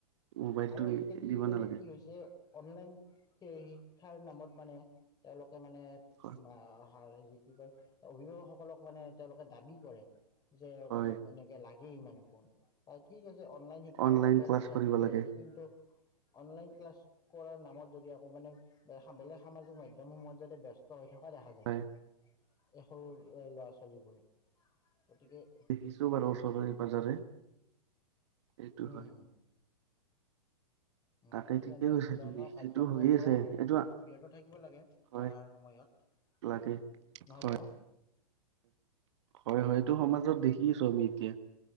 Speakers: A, on the right; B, on the left.
A: মোবাইলটো
B: আৰু আজিকালি
A: দিব
B: মানে
A: নালাগে
B: কি হৈছে অনলাইন এই শিক্ষাৰ নামত মানে তেওঁলোক- মানে
A: হয়।
B: বা কি কয় অভিভাৱকসকলক মানে তেওঁলোকে দাবী কৰে। যে
A: হয়
B: মোক এনেকে লাগ গেই মানে ফোন ঠিক আছে- অনলাইন শিক্ষাৰ
A: অনলাইন
B: বাবে
A: ক্লাছ
B: লৈছা
A: কৰিব
B: ঠিকেই
A: লাগে
B: আছে কিন্তু অনলাইন ক্লাছ কৰাৰ নামত যদি আকৌ মানে বেলেগ সামাজিক মাধ্যমসমূহত যাতে ব্যস্ত হৈ থাক দেখা যায়
A: হয়
B: এই সৰু এ ল'ৰা ছোৱালীবোৰে। গতিকে
A: দেখিছোঁ বাৰু
B: উম,
A: ওচৰৰে পাজৰে। এইটো
B: হুম
A: হয়
B: হুম। উ
A: তাকে
B: গতিকে
A: ঠিকেই
B: এনে
A: কৈছা
B: ধৰণৰ
A: তুমি
B: কাৰ্যসমুহৰ
A: সেইটো হৈয়ে
B: পৰা
A: আছে এইটো
B: বীৰত্ব থাকিব লাগে পঢ়াৰ
A: হয়
B: সময়ত। নহয়
A: লাগে হয়
B: জানো?
A: হয় হয়টো সমাজত দেখিছো আমি এতিয়া।